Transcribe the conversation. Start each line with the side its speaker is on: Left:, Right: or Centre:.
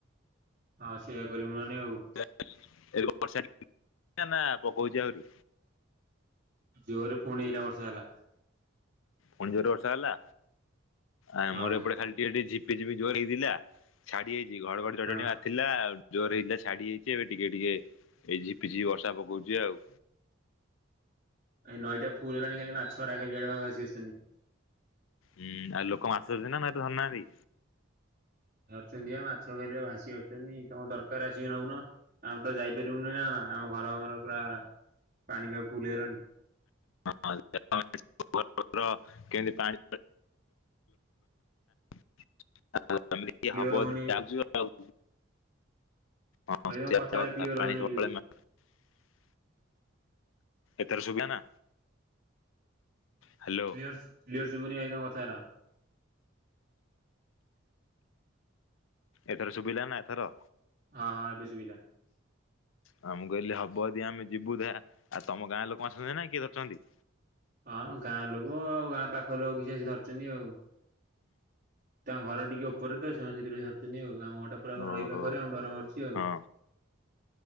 Right: ହଁ ସେଇୟା କରିବୁ ନହ ନେ ଆଉ।
Left: <unintelligible> ନା ପକଉଛି ଆହୁରି?
Right: ଜୋରରେ ପୁଣି ଏଇନା ବର୍ଷା ହେଲା।
Left: ପୁଣି ଜୋର ବର୍ଷା ହେଲା ଆମର
Right: ହଁ ଏଇ
Left: ଏପଟେ ଖାଲି ଟିକେ ଟିକେ ଝିପ ଝିପିଝିପି ଜୋରେ ହେଇଥିଲା ଛାଡି ଯାଇଛି ଘଡ ଘଡି ଚଡଚଡ଼ି
Right: ହଁ।
Left: ମା ଥିଲା, ଜୋରେ ହେଇଥିଲା ଛାଡି ଯାଇଛି ଏବେ ଟିକେ ଟିକେ ଏଇ ଝିପିଝିପି ବର୍ଷା ପକଉଛି ଆଉ।
Right: ଏ ନଈଟା ଫୁଲ ହେଲାଣି ଖାଲି ମାଛରା ଖାଲି ଇଆଡ଼େ ଭାସି ଆସୁଛନ୍ତି।
Left: ହୁଁ ଆଉ ଲୋକ ମାଛ ଧରୁଛନ୍ତି ନା ନାଇ ମାଛ ଧରୁନାହାନ୍ତି?
Right: ଧରଚନ୍ତି ପା ମାଛ ଖାଲି ଭାସି ଆସୁଛନ୍ତି ତମର ଦରକାର ଆସିକି ନଉନ। ଆମେ ତ ଯାଇପାରିବୁନି ନା ଆମ ଘର ମର ପୁରା ପାଣି ପା ଫୁଲ ହେଇଗଲାଣି।
Left: ହଁ <unintelligible> କେମିତି ପାଣି <unintelligible>
Right: କ୍ଲିୟର
Left: ହବ
Right: ହଉନି
Left: ଯଦି ଯାଉଛୁ ଆଉ। ହଁ
Right: ଭାଇ
Left: <unintelligible>
Right: ତମ କଥାଟା କ୍ଲିୟର ହଉନି ଟିକେ ଟିକେ।
Left: ଏଥର ଶୁଭିଲା ନା? ହ୍ୟାଲୋ।
Right: କ୍ଲିୟର କ୍ଲିୟର ଶୁବୁନି ଭାଇ ତମ କଥାରା।
Left: ଏଥର ଶୁଭିଲା ନା ଏଥର।
Right: ହଁ ହଁ ଏବେ ଶୁଭିଲା।
Left: ଆ ମୁଁ କହିଲି ହବ ଯଦି ଆମେ ଯିବୁ ଦେଖା ଆଉ ତମ ଗାଁ ଲୋକ ଆସୁଛନ୍ତି ନା କିଏ ଧରୁଛନ୍ତି?
Right: ହଁ ଗାଁ ଲୋକ ଆଉ ଗାଁ ପାଖ ଲୋକ କିଛି ଆସି ଧରୁଛନ୍ତି ଆଉ। ତାଙ୍କ ଘର ଟିକେ ଉପରେ ତ ସେମାନେ ସେଥିପାଇଁ ଧରୁଛନ୍ତି ଆଉ ଆମ ଘରଟା ପୁରା ପା
Left: ଓହୋ
Right: ନଇ ପାଖରେ ଆମକୁ ଡର ମାଡ଼ୁଛି ଆଉ।
Left: ହଁ